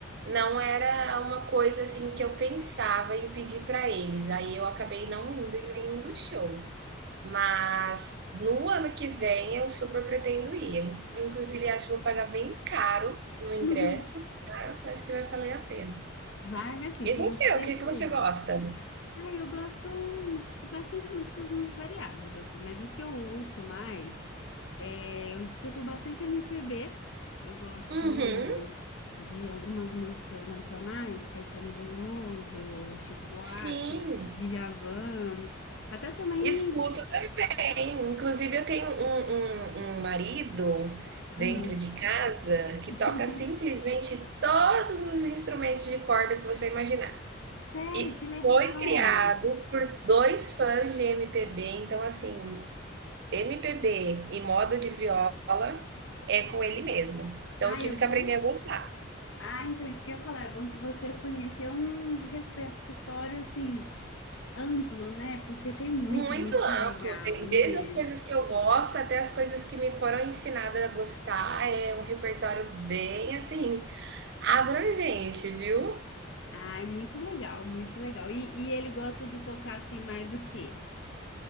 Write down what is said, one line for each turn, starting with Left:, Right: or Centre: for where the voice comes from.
Right: não era uma coisa assim que eu pensava em pedir para eles. Aí eu acabei não indo em nenhum dos shows. Mas no ano que vem eu super pretendo ir. In- Inclusive, acho que vou pagar bem caro no ingresso,
Left: <laughs>
Right: mas acho que vai valer a pena.
Left: Vai, mas assim,
Right: E
Left: tenho
Right: você,
Left: certeza.
Right: o que que você gosta?
Left: Ah, eu gosto de bastante músicas no- variadas, assim, mas o que eu ouço mais, é, eu escuto bastante MPB, eu gosto
Right: Uhum,
Left: de algumas músicas nacionais, Caetano Veloso, Chico Buarque,
Right: sim.
Left: Djavan, até também.
Right: Escuto também. Inclusive, eu tenho um, um, um marido dentro
Left: ah,
Right: de casa que
Left: <laughs>
Right: toca simplesmente todos os instrumentos de corda que você imaginar.
Left: Sério,
Right: E
Left: que legal!
Right: foi criado por dois fãs de MPB, então assim, MPB e moda de viola é com ele mesmo. Então
Left: Ai,
Right: eu tive
Left: é bom?
Right: que aprender a gostar.
Left: Ah, então isso que eu ia falar, é bom que você conheceu um repertório assim amplo, né? Porque tem muita
Right: Muito
Left: música legal,
Right: amplo, tem
Left: né?
Right: desde as coisas que eu gosto até as coisas que me foram ensinadas a gostar. É um repertório bem assim Abrangente, viu?
Left: Ai, muito legal, muito legal. E, e ele gosta de tocar assim mais o quê?